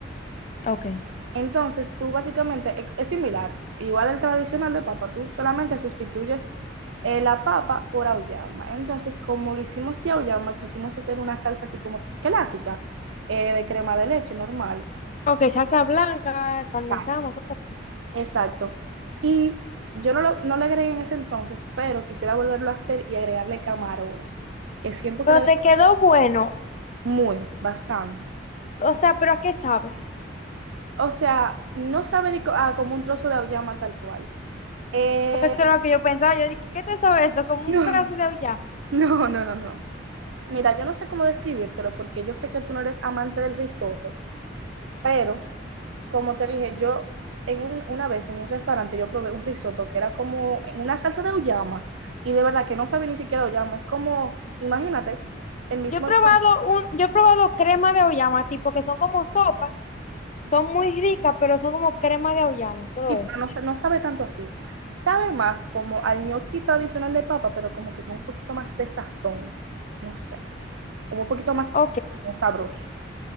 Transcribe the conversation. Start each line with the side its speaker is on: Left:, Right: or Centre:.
Left: ok.
Right: Entonces, tú básicamente es, es similar, igual al tradicional de papa, tú solamente sustituyes eh, la papa por auyama. Entonces, como lo hicimos de auyama, quisimos hacer una salsa así como clásica, eh, de crema de leche normal.
Left: Ok, salsa blanca, parmesano,
Right: Ah,
Left: cosas así.
Right: Exacto. Y yo no, lo- no le agregué en ese entonces, pero quisiera volverlo a hacer y agregarle camarones, que siento
Left: Pero
Right: que le da
Left: te quedó bueno.
Right: muy, bastante.
Left: O sea, ¿pero a qué sabe?
Right: O sea, no sabe de co- ah, como un trozo de auyama tal cual. Eh,
Left: Porque eso era lo que yo pensaba. Yo dije, ¿qué te sabe eso?
Right: <laughs>
Left: Como
Right: no,
Left: un pedazo de auyama.
Right: no, no, no, no. Mira, yo no sé cómo describírtelo porque yo sé que tú no eres amante del risotto, pero como te dije, yo en un- una vez en un restaurante yo probé un risotto que era como en una salsa de uyama y de verdad que no sabe ni siquiera uyama, es como, imagínate, el mismo
Left: Yo he probado
Right: ñoqui,
Left: un, yo he probado crema de auyama, tipo que son como sopas. Son muy ricas, pero son como crema de auyama, solo
Right: sí,
Left: eso.
Right: pero no, sa- no sabe tanto así. Sabe más como al ñoqui tradicional de papa, pero como que con un poquito más de sazón, no sé, como un poquito más
Left: Ok.
Right: sabroso.